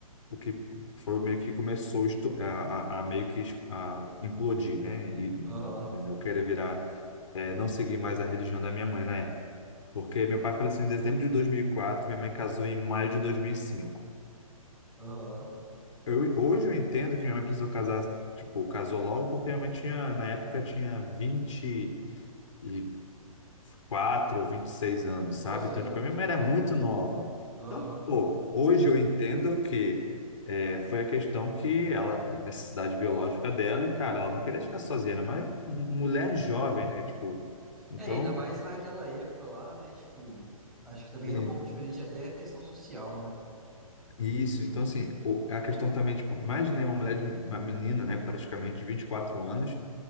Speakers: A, on the left; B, in the centre.
A: o que foi meio que começou esto- a, a, a meio que es- a implodir, né? E,
B: aham,
A: e eu querer virar, é, não seguir mais a religião da minha mãe na época, porque meu pai faleceu em dezembro de 2004, minha mãe casou em maio de 2005.
B: aham.
A: Eu, hoje eu entendo que minha mãe precisou casar, tipo, casou logo porque minha mãe tinha, na época, tinha vinte e quatro ou vinte e seis anos,
B: Nossa,
A: sabe? Então,
B: era
A: tipo,
B: muito
A: a minha mãe
B: nova.
A: era muito nova.
B: Aham.
A: Então, pô, hoje eu entendo que é, foi a questão que ela, a necessidade biológica dela, e, cara, ela não queria ficar sozinha, era uma mulher jovem, né? Tipo, então,
B: É, ainda mais naquela época lá, né? Tipo, acho que também
A: e-
B: era um pouco diferente até a questão social, né?
A: e isso. Então, assim, o- a questão também, tipo, mais imaginei uma mulher, de- uma menina, né, praticamente de vinte e quatro anos,